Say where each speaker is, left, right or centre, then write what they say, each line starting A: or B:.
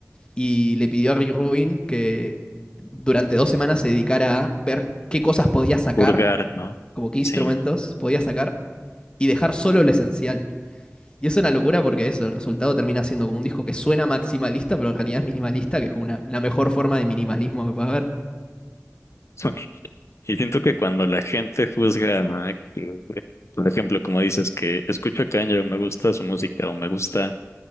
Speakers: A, on the left; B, on the left.
A: y le pidió a Rick Rubin que durante dos semanas se dedicara a ver qué cosas podía sacar,
B: Purgar, ¿no?
A: como qué instrumentos
B: Sí.
A: podía sacar y dejar solo lo esencial. Y es una locura porque eso, el resultado termina siendo como un disco que suena maximalista, pero en realidad es minimalista, que es como una- la mejor forma de minimalismo que puede haber.
B: <laughs> Y siento que cuando la gente juzga, ¿no? que, por ejemplo, como dices, que escucho a Kanye o me gusta su música o me gusta